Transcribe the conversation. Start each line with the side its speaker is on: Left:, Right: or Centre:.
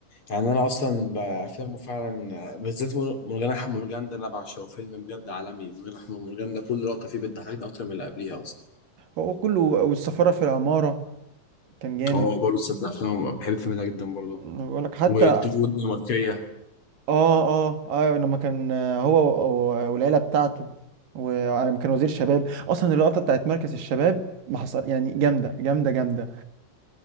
Left: يعني انا اصلا بافلامه فعلا بالذات مر- مرجان احمد مرجان ده انا بعشقه فيلم بجد عالمي مرجان احمد مرجان ده كل لقطه فيه بتضحكني اكتر من اللي قبليها اصلا
Right: هو كله والسفارة في العمارة كان جامد
Left: هو برضه تصدق فيلم بحب الفيلم ده جدا برضه
Right: بقول لك حتى
Left: والدور الدنماركية
Right: اه اه اه لما كان آه، هو و- والعيلة بتاعته وكان وزير شباب اصلا اللقطة بتاعت مركز الشباب ما حصل يعني جامدة جامدة جامدة